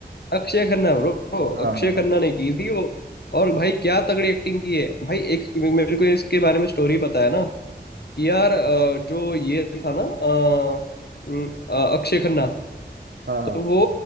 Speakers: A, on the left; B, on the right.
A: अक्षय खन्ना ब्रो
B: हाँ
A: अक्षय
B: हाँ
A: खन्ना
B: हाँ
A: ने की थी वो और भाई क्या तगड़ी एक्टिंग की है भाई एक मेरे को इसके बारे में स्टोरी पता है ना यार अ, जो ये था ना अ, अम, अ, अक्षय खन्ना
B: हाँ हाँ
A: तो वो